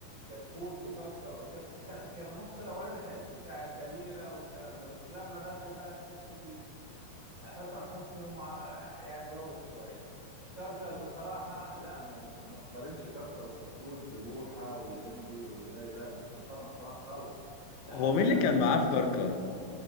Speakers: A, on the right; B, on the left.
A: كتكوت وكركر وكتكوت كان كان النص الاولاني حلو بتاع الكبيرة والكلام ده بس لما دخل بقى في حتة ال... حسن حسني ومع يعني بوخ شوية كركر بصراحة لا ما, ما ما تقارنش كركر وكتكوت ببوحة واللمبي واللي بالي بقى مفيش مقارنة بصراحة خالص ده
B: هو
A: حتى
B: مين اللي
A: سع...
B: كان معاه في كركر